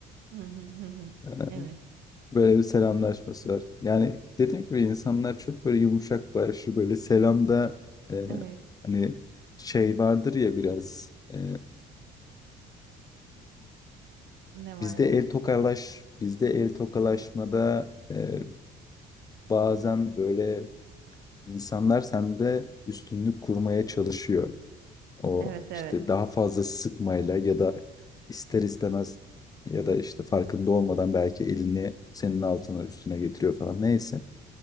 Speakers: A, on the right; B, on the left.
A: Hı hı. Hı hı.
B: E,
A: Evet.
B: Böyle bir selamlaşması var. Yani dediğim gibi insanlar çok böyle yumuşak başlı böyle selamda e,
A: Evet.
B: hani şey vardır ya biraz e,
A: Ne vardır?
B: bizde el tokalaş bizde el tokalaşmada e, bazen böyle insanlar sende üstünlük kurmaya çalışıyor. O
A: Evet evet.
B: işte daha fazla sıkmayla ya da ister istemez ya da işte farkında olmadan belki elini senin altına üstüne getiriyor falan neyse.